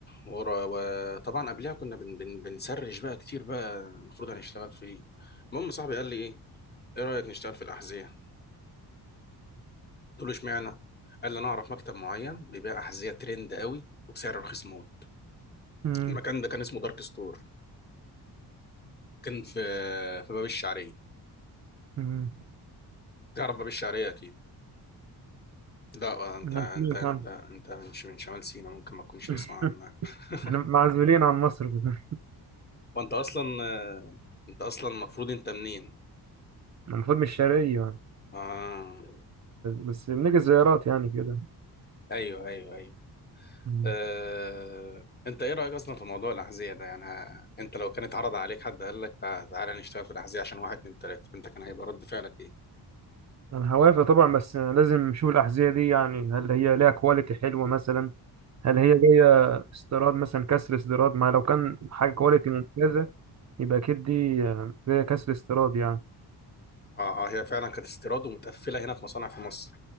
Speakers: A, on the left; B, on the right.
A: ورا وطبعا قبلها كنا بن بن بنسرش بقى كتير بقى المفروض هنشتغل في ايه المهم صاحبي قال لي ايه ايه رأيك نشتغل في الأحذية قلت له اشمعنى قال لي انا اعرف مكتب معين بيبيع أحذية ترند قوي وبسعر رخيص موت
B: امم
A: المكان ده كان اسمه دارك ستور كان في في باب الشعرية
B: امم
A: تعرف باب الشعرية اكيد لا انت
B: أنا
A: انت
B: سمعت
A: انت
B: عنه.
A: انت مش من شمال سيناء ممكن ما تكونش
B: <laughs>
A: تسمع عنها <laughs>
B: احنا معزولين عن مصر كده.
A: وانت اصلا انت اصلا المفروض انت منين
B: أنا المفروض مش شرقية
A: اه
B: بس بنيجي زيارات يعني كده
A: ايوه ايوه ايوه
B: مم.
A: أه... انت ايه رأيك اصلا في موضوع الأحذية ده يعني ه- انت لو كان اتعرض عليك حد قال لك تع- تعالى نشتغل في الأحذية عشان واحد اتنين تلاتة انت كان هيبقى رد فعلك ايه؟
B: انا هوافق طبعا بس لازم نشوف الاحذيه دي يعني هل هي ليها كواليتي حلوه مثلا هل هي جايه استيراد مثلا كسر استيراد ما لو كان حاجه كواليتي ممتازه يبقى اكيد دي آه، جايه كسر استيراد يعني
A: اه اه هي فعلا كانت استيراد ومتقفلة هنا في مصانع في مصر